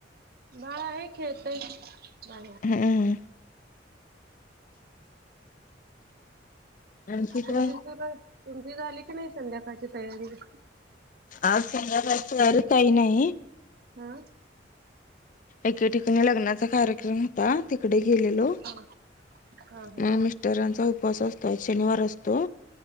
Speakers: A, on the right; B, on the left.
A: भाळा आहे खेळेतय बा.
B: हम्म आणखी
A: तुमची
B: काय
A: सुर तुमची झाली की नाही संध्याकाळची तयारी कशी?
B: आज संगाचर काही नाही.
A: हा.
B: एके ठिकाणी लग्नाचा कार्यक्रम होता तिकडे गेलेलो.
A: हा हा
B: ह मिस्टरांचा उपवास असतो शनिवार असतो.